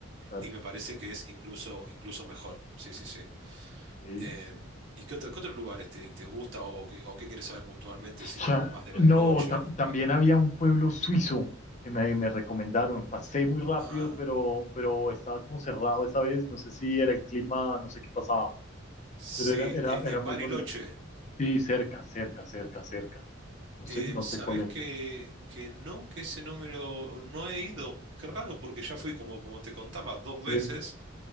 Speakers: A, on the left (about 35°); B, on the right (about 65°).
A: claro.
B: y me parece que es incluso, incluso mejor. Sí, sí, sí.
A: sí.
B: Em, ¿y qué otro- qué otros lugares te, te gusta o, o qué, o qué quieres saber puntualmente si
A: O
B: no
A: sea,
B: más de Bariloche?
A: no, tam- también había un pueblo suizo que me, me recomendaron. Pasé muy rápido,
B: Ah,
A: pero, pero estaba como cerrado esa vez. No sé si era el clima, no sé qué pasaba,
B: sí,
A: pero era, era,
B: e-
A: era
B: en
A: muy
B: Bariloche.
A: bonito. Sí, cerca, cerca, cerca, cerca. No
B: em,
A: sé, no
B: ¿sabés
A: sé cuál era.
B: que, que no? Que ese no me lo... no he ido. Qué raro porque ya fui, como, como te contaba, dos
A: Sí,
B: veces.